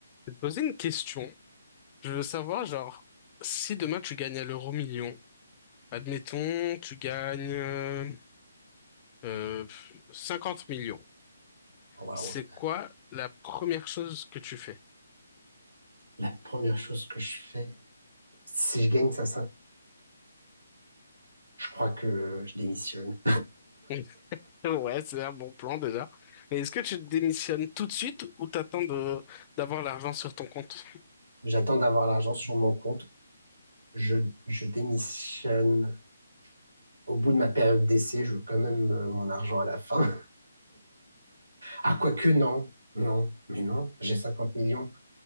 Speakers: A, on the left (about 25°); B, on the right (about 75°).
A: Je vais te poser une question. Je veux savoir, genre, si demain tu gagnes à l'euro million, admettons, tu gagnes euh, euh, pff, 50 millions,
B: Oh, Waouh.
A: c'est quoi la première chose que tu fais?
B: La première chose que je fais, si je gagne ça, je crois que je démissionne.
A: <laughs> Ouais, c'est un bon plan déjà. Mais est-ce que tu démissionnes tout de suite ou t'attends de d'avoir l'argent sur ton compte?
B: J'attends d'avoir l'argent sur mon compte. Je, je démissionne au bout de ma période d'essai. Je veux quand même euh, mon argent à la fin. <laughs> Ah, quoique, non. Non, mais non, j'ai 50 millions.